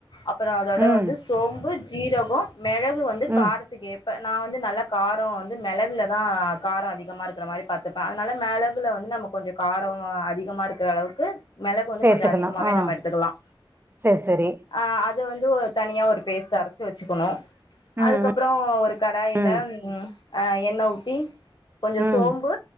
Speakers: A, on the left (about 60°); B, on the right (about 25°).
A: அப்புறம் அதோட
B: ம்
A: வந்து சோம்பு ஜீரகோம் மிளகு வந்து
B: ம்
A: காரத்துகேத்த இப்ப நான் வந்து நல்ல காரம் வந்து மிளகுல தான் காரம் அதிகமா இருக்கிற மாரி பார்த்துப்பேன் அதனால மிளகுல வந்து நமக்கு கொஞ்சம் காரம் அதிக மா இருக்கிற அளவுக்கு மிளகு வந்து
B: சேத்துக்கணு
A: கொஞ்சம் அதிகமாவே
B: ஆ
A: நம்ம எடுத்துக்கலாம்
B: செரி செரி
A: ஆஹ் இத வந்து ஒரு தனியா ஒரு பேஸ்டா அரைச்சு வச்சுக்கணும்
B: ம்
A: அதுக்கப்புறம் ஒரு கடாயில
B: ம்
A: அஹ் எண்ணெய் ஊத்தி கொஞ்சம்
B: ம்
A: சோம்பு